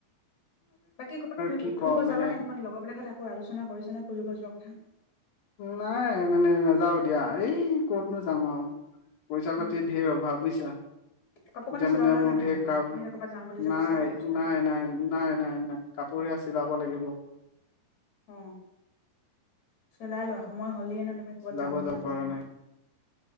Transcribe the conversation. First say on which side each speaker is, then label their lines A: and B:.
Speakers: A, on the left (about 50°); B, on the left (about 70°).
A: বাকী ক'বাত তুমি
B: কি ক'ম
A: ফুৰিব
B: মানে
A: যাবানে কৰবাত লগৰবিলাকত আক আলোচনা কৰিছানে ফুৰিব যোৱা কথা।
B: নাই মানে নাযাও দিয়া এই কতনো যাম আৰু পইচা
A: উম
B: পাতিৰ ধেৰ অভাৱ বুজিছা।
A: কাপোৰ কানি
B: এতিয়া
A: চিলালা
B: মানে মোৰ
A: নে নাই
B: ধেই
A: তুমি
B: কাম
A: তুমি যে ক'ৰবাত যাম বুলি যে
B: নাই
A: কৈছিলা কাপোৰ চিলাম
B: নাই নাই। নাই নাই নাই কাপোৰহে চিলাব লাগিব।
A: অ চিলাই লোৱা সময় হ'লে ন তুমি ক'ৰবাত
B: চিলাব
A: যাম বুলি
B: যাব
A: যে
B: পৰা
A: কৈছিলা।
B: নাই